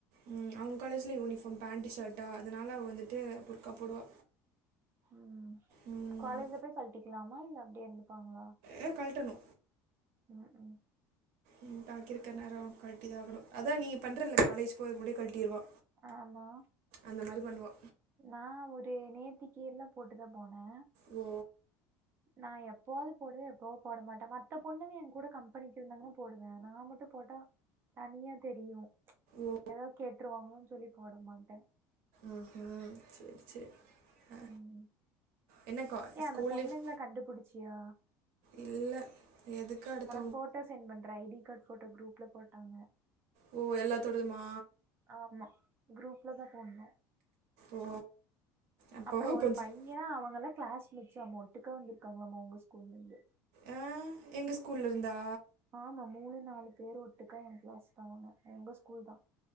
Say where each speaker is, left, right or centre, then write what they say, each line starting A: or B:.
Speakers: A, on the right; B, on the right.
A: ம் அவங்க காலேஜ்ல யூனிஃபார்ம் பேண்டு ஷர்ட்டா அதனால அவ வந்துட்டு புர்க்கா போடுவா
B: ம்
A: ம்,
B: காலேஜ்ல போய் கழட்டிக்கலாமா இல்ல அப்டியே இருந்துப்பாங்களா
A: ஏ கழட்டணோ
B: ம் ம்
A: ம் பாக்கி இருக்க நேரோ கழட்டிதா ஆகணோ அதா நீங்க பண்றல காலேஜ் போறது முன்னாடியே கழட்டிடுவா
B: ஆமா
A: அந்த மாரி பண்ணுவா
B: நா ஒரு நேத்திக்கி எல்லா போட்டுதா போனே
A: ஓ
B: நா எப்பாவது போடுவே எப்பவோ போட மாட்டே மத்த பொண்ணுங்க என் கூட கம்பெனிக்கு இருந்தாங்கன்னா போடுவே நா மட்டு போட்டா தனியா தெரியு
A: ஓ
B: எதாது கேட்டுருவாங்களானோ சொல்லி போட மாட்டே
A: ம் ம் செரி செரி ஆ
B: ம்
A: என்னக்கா
B: ஏ
A: ஸ்கூல்
B: அந்த பொண்ணுங்கள
A: லைஃப்
B: கண்டுபிடிச்சியா
A: இல்ல எதுக்கு அடுத்த
B: ஃபோட்டோ சென்ட் பண்ற ஐ டி கார்டு ஃபோட்டோ குரூப்ல போட்டாங்க
A: ஓ எல்லா தோடதுமா
B: ஆமா குரூப்ல தா போட்ணு
A: ஓ அப்போ
B: அப்றோ ஒரு
A: கொஞ்சம்
B: பைய அவங்கலா கிளாஸ்மேட்ஸ் ஆமா ஒட்டுக்க வந்துருக்காங்களாமா உங்க ஸ்கூல்ல இருந்து
A: ஆ எங்க ஸ்கூல்ல இருந்தா
B: ஆமா மூணு நாலு பேர் ஒட்டுக்கா எ கிளாஸ்தா அவங்க உங்க ஸ்கூல் தா